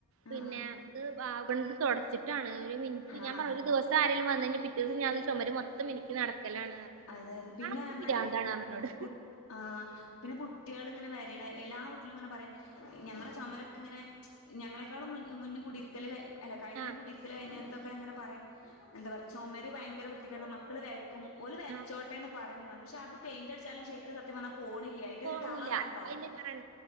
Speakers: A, on the right (about 65°); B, on the left (about 75°).
A: പിന്നെ
B: ആഹ്
A: ഇത് ആവ്ണത് തൊടച്ചിട്ടാണ് ഒര് മിൻറ്റ് ഞാൻ
B: ആഹ്
A: പറലെ ഒരു ദിവ സം ആരേലും വന്നയ്ഞ്ഞാ പിറ്റേന്ന് ഞാത് ചൊമര് മൊ ത്തം മിനിക്കി നടക്കലാണ് ർഞ്ഞ്.
B: അതെ അതെ പിന്നെ
A: അണക്ക്
B: പറഞ്ഞാല്
A: പിരാന്താണ്ർഞ്ഞ് ന്നോട്.
B: കു ആഹ് പിന്നെ കുട്ട്യേള് ങ്ങനെ വരിണ എല്ലാ വീട്ടിലുംങ്ങനെ പറിം ഞങ്ങളെ ചൊമരൊക്കെങ്ങനെ ഞങ്ങളെക്കാളും മുന്ന് മൂന്ന് കുടിര്ക്കല് കയ് അല്ല കയ്ഞ്ഞ്
A: ആഹ്
B: കുടീർക്കല് കയ്ഞ്ഞോര് തൊക്കെങ്ങെനെ പറിം എന്താ പറയ ചൊമര് ഭയങ്കര വൃത്തികേടാ മക്കള് വെര്ക്കും ഓല് വെര്ച്ചോട്ടേന്ന്
A: ആഹ്
B: പറിംന്ന് പർഞ്ഞ്. പക്ഷെ അത് പെയിന്റടിച്ചാലും ശരിക്ക് സ ത്യം പർഞ്ഞാ പോണില്യ. അയ്ൻ്റൊരു
A: പോവൂല
B: കറ അവ്ടെണ്ടാവും.
A: അതിന്റെ കറ